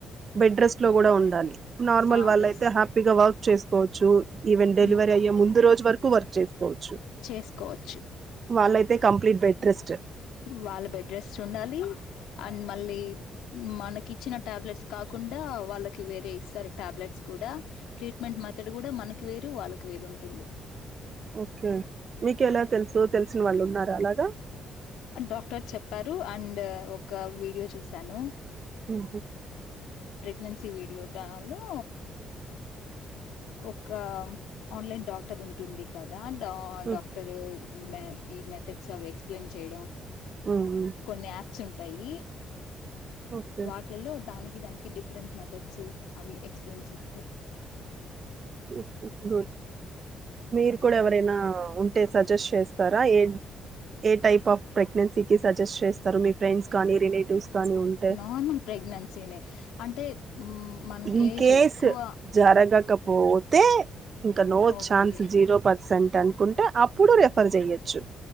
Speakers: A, on the right; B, on the left.
A: బెడ్ రెస్ట్‌లో కూడా ఉండాలి నార్మల్
B: ఆ
A: వాళ్ళయితే
B: ఎస్
A: హ్యాపీగా వర్క్ చేసుకోవచ్చు ఈవెన్ డెలివరీ
B: మ్
A: అయ్యే ముందు రోజు వరకు వర్క్ చేసుకోవచ్చు
B: చేసుకోవచ్చు
A: వాళ్ళైతే కంప్లీట్ బెడ్ రెస్ట్
B: వాళ్ళ బెడ్ రెస్ట్ ఉండాలి అండ్ మళ్ళీ మనకి ఇచ్చిన టాబ్లెట్స్ కాకుండా వాళ్ళకి వేరే ఇస్తారు టాబ్లెట్స్ కూడా ట్రీట్మెంట్ మెథడ్ కూడా మనకి వేరు వాళ్ళకి వేరు ఉంటుంది
A: ఓకే మీకలా తెలుసు తెలిసిన వాళ్ళు ఉన్నారా అలాగా
B: డాక్టర్ చెప్పారు అండ్ ఒక వీడియో చూశాను
A: ఊహూ
B: ప్రెగ్నెన్సీ వీడియో టా లో ఒక ఆన్లైన్ డాక్టర్ ఉంటుంది కదా డా
A: ఉ,
B: డాక్టరు మే ఈ మెథడ్స్ అవి ఎక్స్ప్లెయిన్ చేయడం
A: ఉమ్
B: కొన్ని యా ప్సుంటాయి
A: ఓకే
B: వా ట్లల్లో దానికి దానికి డిఫరెంట్ మెథడ్స్ అవి ఎక్స్ప్లెయిన్ చేస్తారు
A: ఓకే గుడ్ మీరు కూడా ఎవరైనా ఉన్ టే సజెస్ట్ చేస్తారా ఏ ఏ టైఫ్ ఆఫ్ ప్రెగ్నెన్సీ కి సజెస్ట్ చేస్తారు మీ ఫ్రెండ్ కానీ రిలేటివ్స్ కానీ ఉంటే
B: నార్మల్ ప్రెగ్నెన్సీనే అంటే మ్మ్ మన
A: ఇన్
B: ఏజ్
A: కేస్
B: ఎక్కువ
A: జరగకపోతే ఇంక no
B: okay
A: chance zero percent అనుకుంటే అప్ ప్పుడు రెఫర్ చెయ్యచ్చు